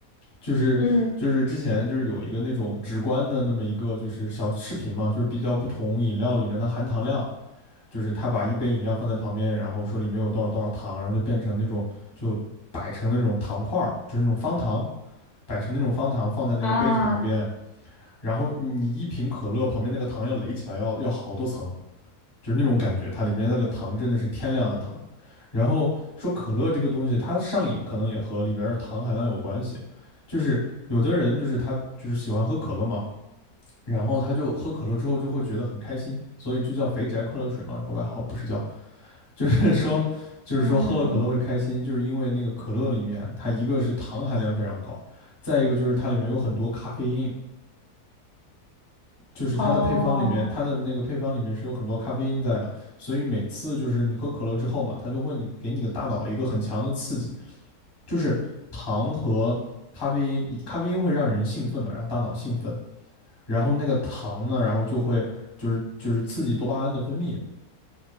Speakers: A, on the left; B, on the left.
A: 就是就是之前就是有一个那种直观的那么一个就是小视频嘛，
B: 嗯
A: 就是比较不同饮料里面的含糖量，就是他把一杯饮料放在旁边，然后说里面有多少多少糖，然后就变成那种就摆成那种糖块儿，就是那种方糖，摆成那种方糖放在那个杯子旁边，
B: 啊
A: 然后你一瓶可乐旁边那个糖要垒起来要要好多层，就是那种感觉，它里面那个糖真的是天量的糖。然后说可乐这个东西，它上瘾可能也和里边的糖含量有关系，就是有的人就是他就是喜欢喝可乐嘛，然后他就喝可乐之后就会觉得很开心，所以就叫肥宅快乐水嘛，有个外号不是叫，就是 <laughs> 说就是说喝了可乐会开心，
B: 嗯
A: 就是因为那个可乐里面它一个是糖含量非常高，再一个就是它里面有很多咖啡因，就是它的配方里面，
B: 哦
A: 它的那个配方里面是有很多咖啡因在的，所以每次就是你喝可乐之后嘛，它就会你给你个大脑一个很强的刺激，就是糖和咖啡因，咖啡因会让人兴奋嘛，让大脑兴奋，然后那个糖呢，然后就会就是就是刺激多巴胺的分泌，